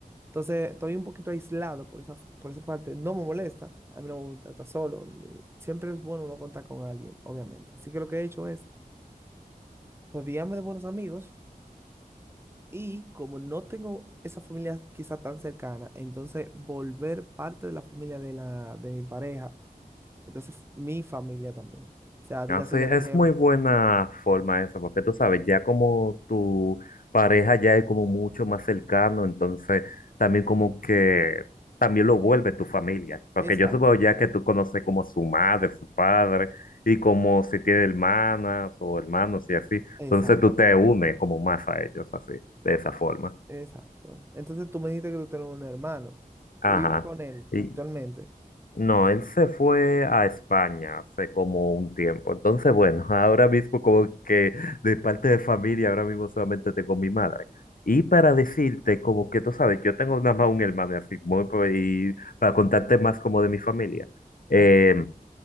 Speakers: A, on the right (about 15°); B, on the left (about 65°).
A: Entonces, estoy un poquito aislado por esa, por esa parte. No me molesta, a mí no me gusta estar solo. ni- Siempre es bueno uno contar con alguien, obviamente. Así que lo que he hecho es rodearme de buenos amigos y como no tengo esa familia quizá tan cercana, entonces volver parte de la familia de, la, de mi pareja, entonces mi familia también. O sea, dígase
B: Ah, sí, es
A: ya tener...
B: muy buena forma esa, porque tú sabes, ya como tu pareja ya es como mucho más cercano, entonces también como que también lo vuelve tu familia, porque
A: Exacto.
B: yo supongo ya que tú conoces como su madre, su padre, y como si tiene hermanas o hermanos y así, entonces
A: Exactamente,
B: tú te unes como más a ellos, así, de esa forma.
A: exacto. Entonces tú me dijiste que tú tienes un hermano.
B: Ajá.
A: Tú vives con él
B: y
A: actualmente.
B: No, él se fue a España hace como un tiempo. Entonces, bueno, <laughs> ahora mismo como que de parte de familia, ahora mismo solamente tengo mi madre. Y para decirte, como que tú sabes, yo tengo nada más un hermano, y así, muy po- y para contarte más como de mi familia. eh,
A: Ok,